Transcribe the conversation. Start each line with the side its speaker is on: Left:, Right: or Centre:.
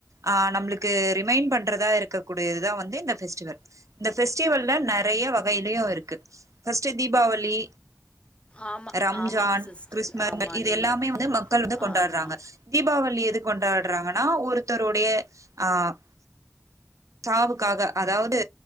Right: ஆஹ் நம்ளுக்கு ரிமைண்ட் பண்றதா இருக்கக்கூடியதுதா வந்து இந்த ஃபெஸ்டிவல் இந்த ஃபெஸ்டிவல் நெறைய வகையிலயு இருக்கு ஃபஸ்ட்ட் தீபாவளி
Left: ஆமா
Right: ரம்ஜான்
Left: ஆமாங்க சிஸ்டர்
Right: கிறிஸ்ம
Left: ஆமா
Right: இது
Left: நீங்க
Right: எல்லாமே வந்து மக்கள் வந்து கொண்டாட்றாங்க
Left: ஆமா
Right: தீபாவளி எது க்கு கொண்டாடுறாங்கன்னா ஒருத்தருடைய ஆஹ் சாவுக்காக அதாவது